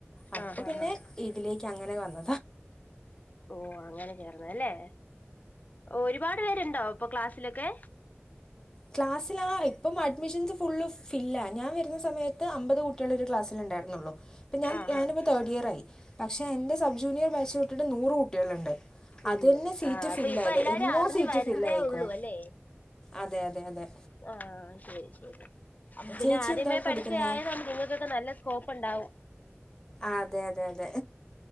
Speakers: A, on the left; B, on the left.
A: അപ്പോൾ
B: ആഹ് ആഹ്
A: പിന്നെ
B: ആഹ്
A: ഇതിലേക്ക് അങ്ങനെ വന്ന
B: ഓ അങ്ങനെ ചേർന്നല്ലേ ഒരുപാട് പേരുണ്ടാവും ഇപ്പൊ ക്ലാസ്സിലൊക്കെ
A: ക്ലാസ്സൽ ആ ഇപ്പം അഡ്മിഷൻസ് ഫുള് ഫില്ല ഞാ വരുന്ന സമയത്ത് അമ്പത് കുട്ടികൾ ഒരു ക്ലാസ്സിലുണ്ട് ഉണ്ടായിരുന്നള്ളോ ഇപ്പം ഞാൻ
B: ആഹ്
A: ഞാനിപ്പോൾ
B: ആഹ്
A: തേർഡ് ഇയർ ആയി പക്ഷെ എൻ്റെ സബ് ജൂനിയർ ബാ് വിട്ടിട്ട് നൂറ് കുട്ടികളുണ്ട് അത്
B: ഉണ്ട്
A: തന്നെ സീറ്റ്
B: ആ അപ്പൊ
A: ഫില്ലായത്
B: ഇപ്പ എല്ലാരും
A: എന്നോ
B: അറിഞ്ഞു
A: സീറ്റ്
B: വരുന്നതേ
A: ഫില്ലായേക്കുവാ
B: ഉള്ളൂ അല്ലേ
A: അതെ അതെ അതെ
B: ആഹ ശരി ശരി അപ്പ പിന്നെ
A: ചേച്ചി
B: ആദ്യമേ
A: എന്താ പഠിക്കുന്നത്
B: പഠിച്ച ആായത് നമ്മ നിങ്ങൾക്കൊക്കെ നല്ല സ്കോപ്പ് ഉണ്ടാവും
A: അതെ അതെ അതെ